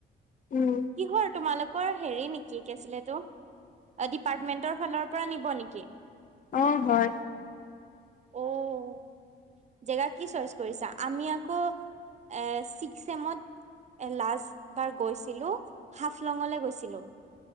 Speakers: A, on the left; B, on the right.
A: উম,
B: কিহৰ, তোমালোকৰ হেৰি নেকি কি আছিলে? ডিপাৰ্টমেন্টৰ ফালৰ পৰা নিব নেকি?
A: অ হয়।
B: অঁ। জেগা কি চইচ কৰিছা? আমি আকৌ এ চিক্স এমত লাষ্ট বাৰ গৈছিলো হাফলংলৈ গৈছিলো।